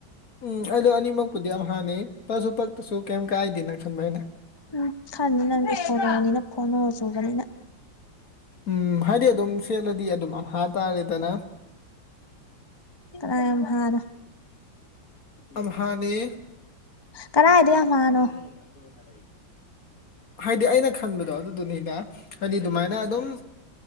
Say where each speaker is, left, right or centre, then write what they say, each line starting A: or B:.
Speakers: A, on the left; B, on the left.
A: ꯎꯝ ꯑꯩꯗꯣ ꯑꯅꯤꯃꯛꯄꯨꯗꯤ ꯌꯥꯝ ꯍꯥꯟꯅꯩ ꯄꯁꯨ ꯄꯛꯇꯁꯨ ꯀꯩꯝ ꯀꯥꯏꯗꯦꯅ ꯈꯟꯕ ꯑꯩꯅ
B: ꯎꯝ ꯈꯔꯅꯤ ꯅꯪꯗꯤ ꯁꯣꯟꯕꯅꯤꯅ ꯐꯣꯟ ꯑꯣꯏ ꯆꯨꯕꯅꯤꯅ
A: ꯎꯝ ꯍꯥꯏꯗꯤ ꯑꯗꯨꯝ ꯁꯦꯠꯂꯗꯤ ꯑꯗꯨꯝ ꯑꯝꯍꯥ ꯇꯥꯔꯦꯗꯅ
B: ꯑ ꯊꯔ
A: ꯑꯝꯍꯅꯤ
B: ꯀꯗꯥꯏꯗ ꯌꯥꯝ ꯍꯥꯅꯣ
A: ꯑꯩ ꯅꯀ ꯁ ꯍꯥꯏꯗꯤ ꯑꯩꯅ ꯈꯟꯕꯗꯣ ꯑꯗꯨꯗꯨꯅꯤꯅ ꯍꯥꯏꯗꯤ ꯑꯗꯨꯃꯥꯏꯅ ꯑꯗꯨꯝ